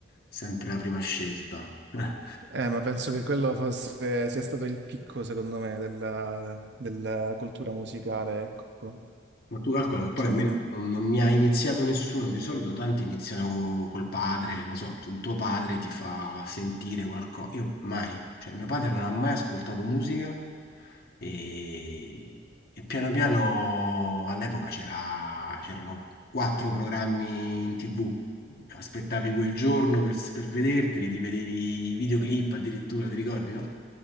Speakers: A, on the left (about 55°); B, on the right (about 65°).
A: sempre la prima scelta. <laughs>
B: Eh, ma penso che quello fosse, sia stato il picco, secondo me, della, della cultura musicale, ecco,
A: Ma tu calcola che poi
B: secondo
A: a me
B: me.
A: non, non mi ha iniziato nessuno, di solito tanti iniziano co- col padre, non so, tu- tuo padre ti fa sentire qualcosa, io mai, cioè mio padre non ha mai ascoltato musica e, e piano piano all'epoca c'era- c'erano quattro programmi in TV, aspettavi quel giorno per, per vederteli, ti vedevi i videoclip addirittura, ti ricordi, no?